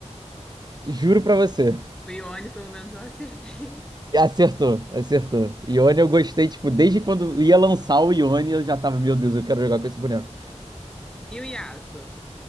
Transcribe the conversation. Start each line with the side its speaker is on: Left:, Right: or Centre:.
Right: Juro pra você.
Centre: O Ione, pelo menos, eu acertei.
Right: E acertou, acertou. Ione eu gostei, tipo, desde quando ia lançar o Ione, eu já tava, meu Deus, eu quero jogar com esse boneco.
Centre: <laughs> E o Yasso?